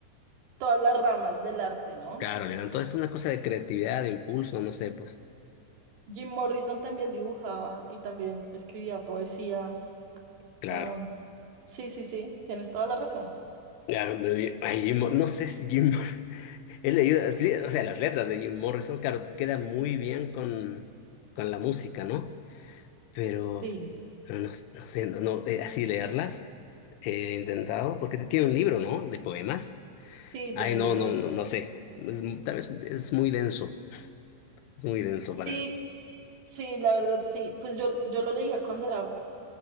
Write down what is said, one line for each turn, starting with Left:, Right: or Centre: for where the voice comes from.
Right: todas las ramas del arte, ¿no?
Left: Claro, Leandro. Entonces es una cosa de creatividad, de impulso, no sé, pues.
Right: Jim Morrison también dibujaba y también escribía poesía.
Left: Claro.
Right: Ah, sí, sí, sí, tienes toda la razón.
Left: Claro, pero y- ay, Jim Mor- no sé si Jim Mor- <laughs> he leído, las li- o sea, las letras de Jim Morrison, claro, queda muy bien con, con la música, ¿no? Pero,
Right: Sí,
Left: pero no, no sé, no, no, eh, así leerlas he intentado, porque te- tiene un libro, ¿no? De poemas.
Right: sí, tiene
Left: Ay,
Right: un
Left: no,
Right: libro
Left: no,
Right: de poemas.
Left: no, no sé. Es m- tal vez es muy denso, es muy denso
Right: Sí,
Left: para mí.
Right: sí, la verdad, sí. Pues yo, yo lo leía cuando era